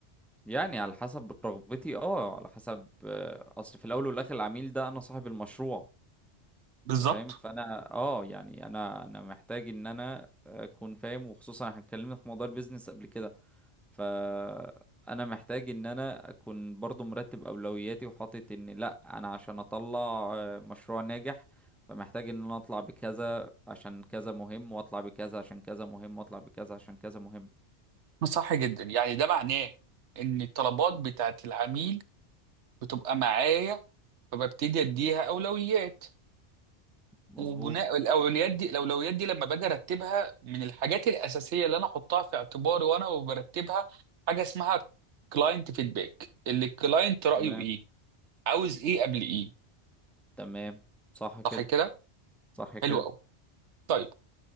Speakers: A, in the centre; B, on the right.
A: يعني على حسب رغبتي اه على حسب آه، اصل في الاول والاخر العميل ده انا صاحب المشروع
B: بالظبط
A: انت فاهم فانا اه يعني انا انا محتاج ان انا اكون فاهم وخصوصا احنا اتكلمنا في موضوع البيزنس قبل كده فانا محتاج ان انا اكون برضو مرتب اولوياتي وحاطط ان لا انا عشان اطلع آه، مشروع ناجح فمحتاج ان انا اطلع بكذا عشان كذا مهم واطلع بكذا عشان كذا مهم واطلع بكذا عشان كذا مهم
B: صح جدا يعني ده معناه ان الطلبات بتاعت العميل بتبقى معايا فببتدي اديها اولويات
A: مظبوط
B: وبناء الاولويات دي الاولويات دي لما باجي ارتبها من الحاجات الاساسيه اللي انا احطها في اعتباري وانا برتبها حاجه اسمها كلاينت فيدباك اللي الكلاينت رايه
A: تمام
B: ايه عاوز ايه قبل ايه
A: تمام صح كده
B: صح كده
A: صح كده
B: حلو قوي طيب